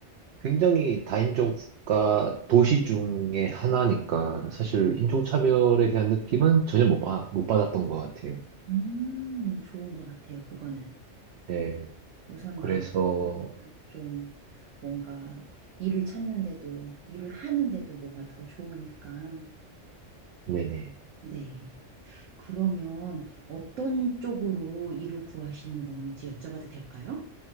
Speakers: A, on the right; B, on the right.
A: 굉장히 다인종 국가 도시 중에 하나니까 사실 인종차별에 대한 느낌은 전혀 못, 받, 못 받았던 것 같아요.
B: 음, 좋은 것 같아요, 그거는.
A: 네.
B: 우선
A: 그래서,
B: 막 좀 뭔가 일을 찾는데도, 일을 하는데도 뭐가 더 좋으니까.
A: 네네.
B: 네. 그러면 어떤 쪽으로 일을 구하시는 건지 여쭤봐도 될까요?